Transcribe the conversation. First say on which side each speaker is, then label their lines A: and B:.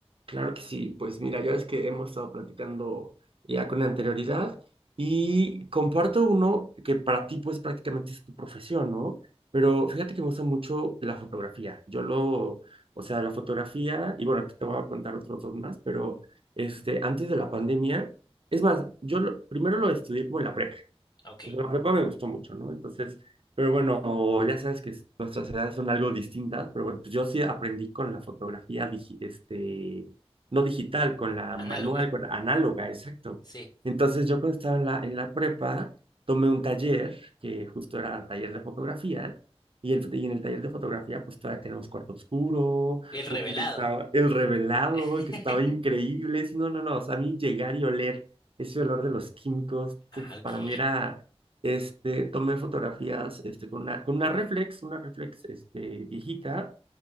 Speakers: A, on the right; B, on the left.
A: Claro que sí, pues mira, ya ves que hemos estado platicando ya con anterioridad y comparto uno que para ti pues prácticamente es tu profesión, ¿no? Pero fíjate que me gusta mucho la fotografía. Yo lo, o sea, la fotografía, y bueno, aquí te voy a contar otros dos más, pero este, antes de la pandemia, es más, yo lo- primero lo estudié como en la prepa
B: Ok.
A: pues, la prepa me gustó mucho, ¿no? Entonces, pero bueno, ya sabes que nuestras edades son algo distintas, pero bueno, pues yo sí aprendí con la fotografía, digi- este, no digital, con la
B: Análoga.
A: manual, con la análoga, exacto.
B: Sí.
A: Entonces yo cuando estaba en la, en la prepa, tomé un taller, que justo era taller de fotografía, y, el, y en el taller de fotografía pues todavía tenemos cuarto oscuro,
B: El revelado.
A: utilizaba el revelado,
B: <laughs>
A: que estaba increíble, sí, no, no, no, o sea, a mí llegar y oler ese olor de los químicos,
B: Ah,
A: puf,
B: ok.
A: para mí era este, tomé fotografías este, con una, con una reflex, una reflex este, viejita,